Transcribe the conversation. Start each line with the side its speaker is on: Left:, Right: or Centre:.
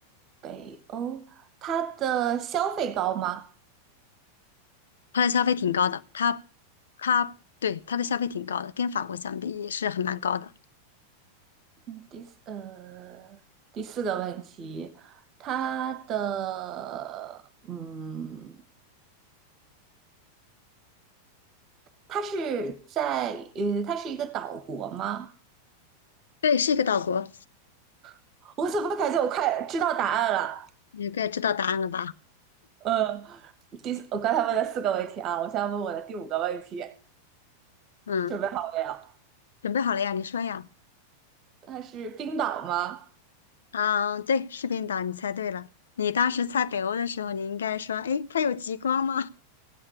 Right: 北欧，它的消费高吗？
Left: 它的消费挺高的，它它对它的消费挺高的，跟法国相比也是很蛮高的。
Right: 嗯，第四，呃，第四个问题，它的，嗯，它是在，呃，它是一个岛国吗？
Left: 对，是一个岛国，
Right: <laughs> 我怎么感觉我快知道答案了？
Left: 你该知道答案了吧？
Right: 呃，第四，我刚才问了四个问题啊，我现在问我的第五个问题，
Left: 嗯，
Right: 准备好了没有？
Left: 准备好了呀？你说呀？
Right: 它是冰岛吗？
Left: 嗯，对，是冰岛，你猜对了。你当时猜北欧的时候，你应该说，诶，它有极光吗？